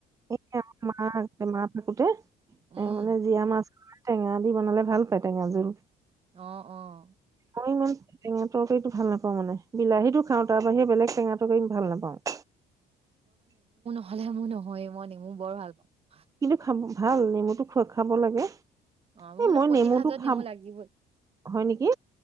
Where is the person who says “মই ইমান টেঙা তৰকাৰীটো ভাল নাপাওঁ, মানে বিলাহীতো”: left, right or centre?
Right